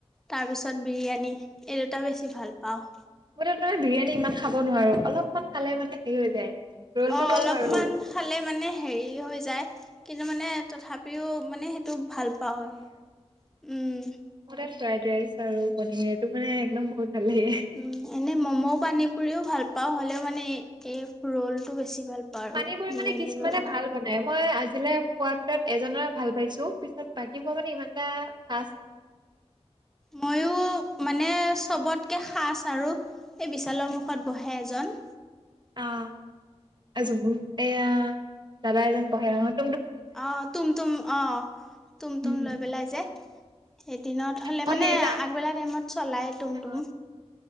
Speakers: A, in the centre; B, on the right (about 40°).
A: তাৰপিছত বিৰিয়ানী এই দুটা বেছি ভাল পাওঁ
B: মই মানে বিৰিয়ানী ইমান খাব নোৱাৰো অলপমান খালে মানে হেৰি হৈ যায় ৰ'লটো
A: অ অলপমান
B: বাৰু পাৰো।
A: খালে মানে হেৰি হৈ যায় কিন্তু মানে তথাপিও মানে সেইটো ভাল পাওঁ আৰু উম
B: মোৰ তাত ফ্ৰাইড ৰাইচ আৰু পনীৰ এইটো মানে একদম বহুত ভাল লাগে।
A: উ এনে মম' পানী পুৰিও ভাল পাওঁ হ'লেও মানে এ ৰোলটো বেছি ভাল পাওঁ আৰু
B: পানীপুৰি
A: বিৰিয়ানী
B: মানে কিছুমানে
A: ৰোল
B: ভাল বনাই মই আজিলে খোৱাৰ ভিতৰত এজনৰ ভাল পাইছো পিছত বাকী খোৱা মানে ইমান এটা খাচ নহয়
A: ময়ো মানে চবতকৈ খাচ আৰু এই বিশালৰ মুখত বহে এজন
B: আহ জুবু এয়া দাদা এজন বহে ৰাঙত <unintelligible>
A: অ তুম তুম অ তুম
B: উম
A: তুম লৈ পেলাই যে এদিনত হলে
B: মই
A: মানে
B: সিদিনা
A: আগবেলা টাইমত চলাই তুম
B: অ
A: তুম